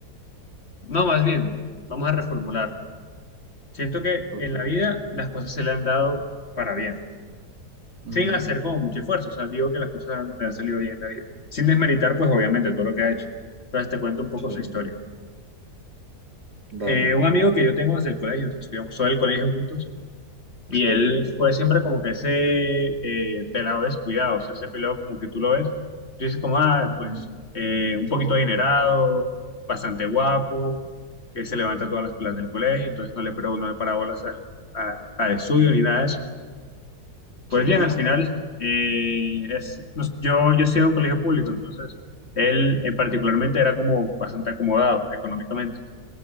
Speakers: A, on the left; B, on the right.
A: no, más bien, vamos a reformularlo. Siento que
B: Ok.
A: en la vida las cosas se le han dado para bien,
B: ujú,
A: sin hacer como mucho esfuerzo, o sea, digo que las cosas han- le han salido bien en la vida, sin desmeritar, pues obviamente todo lo que ha hecho. Entonces te cuento un poco
B: Sí,
A: su historia.
B: dale.
A: Eh, un amigo que yo tengo desde el colegio, estudiamos todo el colegio juntos, Y
B: Sí.
A: él fue siempre como que ese eh, pelado descuidado, o sea, ese pelado como que tú lo ves, tú dices como, ah,
B: ujú,
A: pues eh, un poquito adinerado, bastante guapo, que se levanta todas las pelas del colegio, entonces no le, pero no le para bolas al, a- al estudio ni nada de eso. Pues
B: Sí,
A: bien, al final, eh, es- nos- yo, yo estoy en un colegio público, entonces él eh, particularmente era como bastante acomodado económicamente.